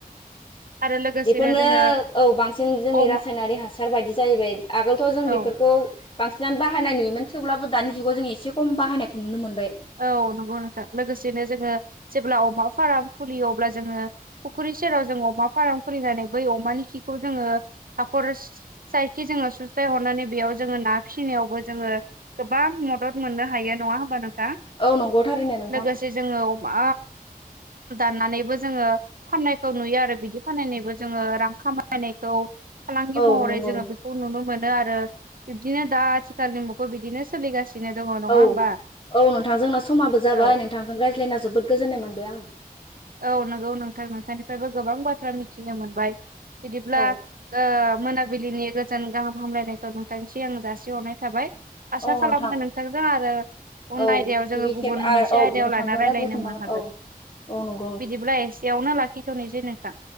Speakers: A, on the right; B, on the left.
A: आरो लोगोसेनो
B: बेफोरनो
A: जोङो
B: औ बांसिन जोंनि
A: अमा
B: रासायनारि हासार बायदि जाहैबाय आगोलथ' जों बेफोर
A: औ
B: बांसिनानो बाहायनाय नुयोमोन थेवब्लाबो दानि जुगाव जों एसे खम बाहायनायखौ नुनो मोनबाय।
A: औ नंगौ नोंथां लोगोसेनो जोङो जेब्ला अमा फार्म फुलियो अब्ला जोङो फुख्रि सेराव जों अमा फार्म खुलिनानै बै अमानि खिखौ जोङो हाखर साइखि जों सु स्लाय हरनानै बेयाव जोङो ना फिसिनायावबो जोङो गोबां मदद मोननो हायो नङा होमबा नोंथां।
B: औ नंगौ थारैनो नोंथां
A: लोगोसे जोङो अमा दाननानैबो जोङो फाननायखौ नुयो आरो। बिदि फाननायनिबो जोङो रां खामायनायखौ फालांगि
B: औ
A: महरै
B: नंगौ
A: जोङो बेखौ नुनो मोन ओ आरो बिदिनो दा आथिखालनि मुगायाव बिदिनो सोलिगासिनो दङ नङा
B: औ
A: होमबा।
B: औ नोंथां जोंना समाबो जाबाय
A: औ
B: नोंथांजों रायज्लायना जोबोद गोजोननाय मोनबाय आङो।
A: औ नंगौ नोंथां नोंथांनिफ्रायबो गोबां बाथ्रा मिथिनो मोनबाय। बिदिब्ला
B: औ
A: ओ मोनाबिलिनि गोजोन गाहाम हामलायनायखौ नोंथांनिस आं जासिहरनाय थाबाय। आसा
B: औ नोंथां
A: खालामो नोंथांजों आरो उन
B: औ
A: आयदायाव
B: गिबि
A: जोङो गुबुन
B: खेब आरो
A: मोनसे
B: औ
A: आयदायाव
B: नोंथांजों
A: लाना रायज्लायनो
B: रायज्लायफिनजागोन
A: मो हागोन।
B: औ औ नं
A: बिदिब्ला एसेयावनो लाखिथ'नोसै नोंथां।